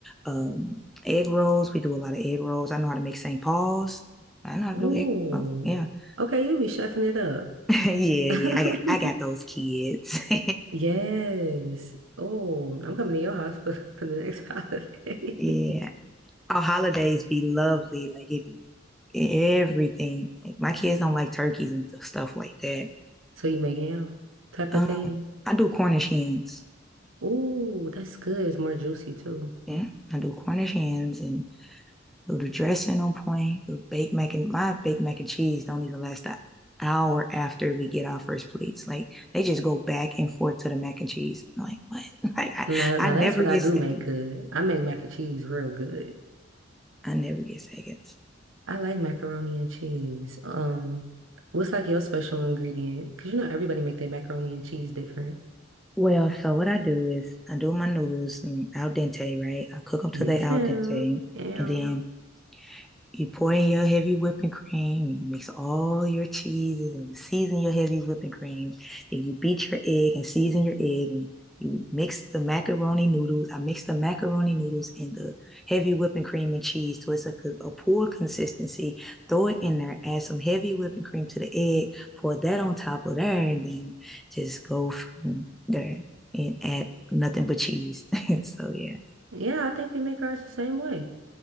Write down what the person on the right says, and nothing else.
Ooh.
Okay, you be chefing it up.
<laughs>
Yes. Oh, I'm coming to your house for, <laughs> for the next holiday.
<laughs>
So you make ham type
of thing.
Ooh, that's good. It's more juicy too.
Now, now
that's what
I do
make good. I make mac and cheese real good.
I like macaroni and cheese. Um, what's like your special ingredient? Because you know everybody make their macaroni and cheese different.
Me
too.
Yeah.
Yeah, I think we make ours the same way.